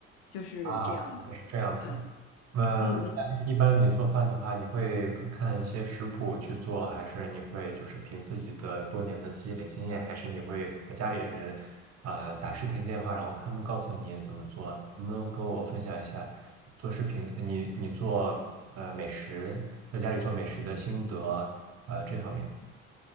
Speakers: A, on the left; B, on the right.
A: 就是这样的。
B: 啊，应该是这样子。
A: 对，
B: 嗯，
A: 嗯嗯
B: 那一般你做饭的话，你会呃看一些食谱去做，还是你会就是凭自己的多年的积累经验，还是你会和家里人啊、呃打视频电话，然后他们告诉你怎么做？能不能跟我分享一下做视频，呃你你做呃美食，在家里做美食的心得，呃这方面？